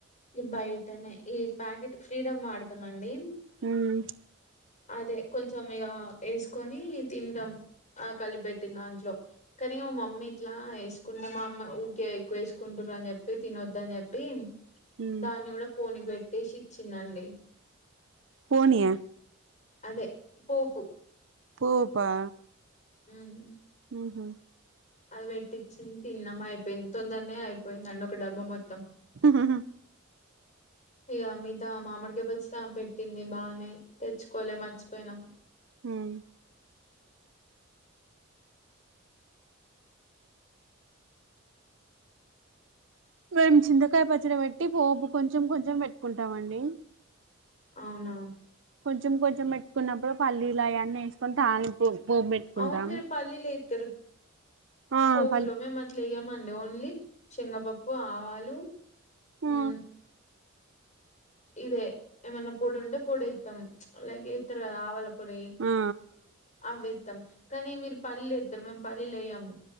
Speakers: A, on the left (about 35°); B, on the right (about 65°).
A: ఇ బయటనే ఈ ప్యాకెట్ ఫ్రీడమ్ వాడతాం అండి
B: మ్మ్
A: అదే కొంచెం ఇగా వేసుకొని తింటాం ఆ కలిపెట్టి దాంట్లో కని మా మమ్మీ ఇట్లా వేసుకుంటా మా అమ్మ ఊకే ఎక్కువ వేసుకుంటురు అని చెప్పి తినొద్ద అని చెప్పి
B: ఉమ్
A: దాన్ని కూడా పోనికి పెట్టేసి ఇచ్చిందండి
B: పోనీయా
A: అదే పోపూ
B: పోపా
A: ఉమ్
B: ఊహుమ్
A: అది పెట్టించింది తిన్నామ అయిపోయింది తొందరనే అయిపోయిందండి ఒక డబ్బా మొత్తం
B: హూ హూ హ్మ్
A: ఇక మిగతా మామిడికాయ్ పచ్చడి పెట్టింది బాగానే తెచ్చుకోలే మర్చిపోయినాం
B: హమ్ మేము చింతకాయ పచ్చడి పెట్టి పోపుు కొంచెం కొంచెం పెట్టుకుంటామండి
A: అవునా
B: కొంచెం కొంచెం పెట్టుకున్నప్పుడు పల్లీల అవన్నీ వేసుకొని తాలింపు పోప్ పెట్టుకుంటాం
A: అవును మీరు పల్లీలు ఏతరు
B: ఆ
A: పోపులో
B: పల్
A: మేము అట్లా వేయమండి ఓన్లీ శనగపప్పు ఆవాలు
B: ఆ
A: ఉమ్ ఇదే ఏమన్నా పొడు ఉంటే పొడి ఇస్తాం లైక్ ఎతరు కదా ఆవల పొడి
B: ఆ ఆ
A: అవ్వే ఎత్తమ్ కానీ మీరు పళ్లీలు ఏతరు మేము పళ్లీలు వేయ్యాము